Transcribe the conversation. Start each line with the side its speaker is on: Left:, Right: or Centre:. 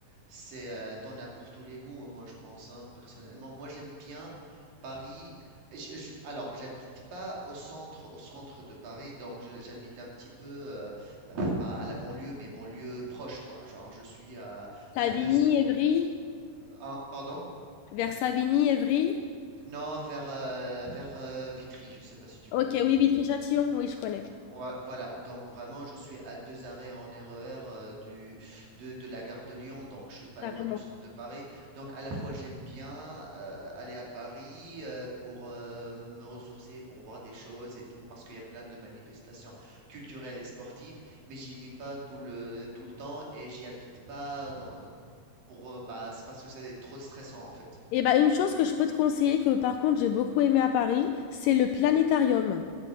Right: c'est, euh, t'en as pour tous les goûts. hein, moi, je pense hein, personnellement. Moi, j'aime bien Paris. Je- je- alors, j'habite pas au centre, au centre de Paris, donc je- j'habite un petit peu euh, euh, bah, à la banlieue, mais banlieue proche, quoi. Genre, je suis à,
Left: Savigny,
Right: à deux zéro
Left: Évry,
Right: un pardon?
Left: vers Savigny, Évry.
Right: Non, vers, euh, vers euh, Vitry, je sais pas si tu
Left: OK,
Right: connais Vitry.
Left: oui, Vitry-Châtillon, oui, je connais,
Right: Ouais, voilà, donc vraiment, je suis à deux arrêts en RER euh, du, de, de la gare de Lyon, donc je suis pas
Left: carrément.
Right: loin du centre de Paris. Donc à la fois, j'aime bien euh, aller à Paris euh, pour euh, me ressourcer, pour voir des choses et tout, parce qu'il y a plein de manifestations culturelles et sportives, mais j'y vais pas tout le, tout le temps et j'y habite pas dans, pour, euh, bah, c'est parce que c'est trop stressant en fait.
Left: Et bah, une chose que je peux te conseiller, que par contre, j'ai beaucoup aimé à Paris, c'est le planétarium.